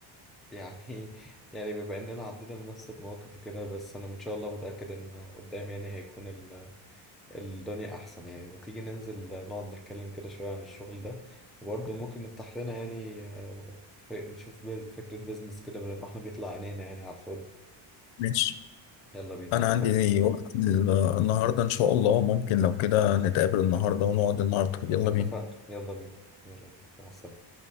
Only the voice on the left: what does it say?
ماشي
أنا
عندي وقت ال- النهاردة إن شاء الله ممكن لو كده نتقابل النهاردة ونقعد النهاردة يلا
بينا